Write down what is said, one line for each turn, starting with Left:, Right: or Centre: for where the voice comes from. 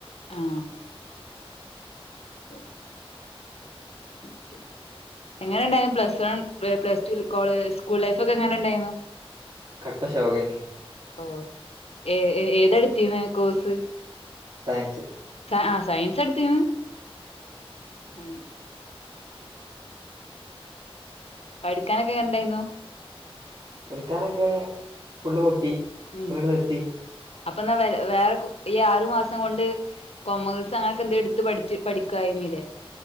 Left: ആഹ്. ' <inaudible> ' <inaudible> എങ്ങനെ ഇണ്ടായിരുന്നു plus one plus two school life ഒക്കെ എങ്ങനെ ഇണ്ടായിരുന്നു?
Right: കട്ട ശോകേനി.
Left: ഓ, ഏ- ഏതടുത്തീരുന്നത് കോഴ്സ്.
Right: സയൻസ്.
Left: ആഹ് ആഹ് സയൻസ് എടുത്ത്ണത്. ഉം. പഠിക്കാനൊക്കെ എങ്ങനെയുണ്ടായിരുന്നു.
Right: പഠിക്കാനൊക്കെ ഫുള്ള് പൊട്ടി, അപ്പോ
Left: ഉം
Right: അങ്ങട് നിർത്തി.
Left: അപ്പൊ എന്നാ വേറെ വേറെ ഈ ആറു മാസം കൊണ്ട് കൊമേഴ്സ് അങ്ങനൊക്കെ എന്തേ എടുത്ത് പഠിച്ച് പഠിക്കുവായി ന്നിലേ.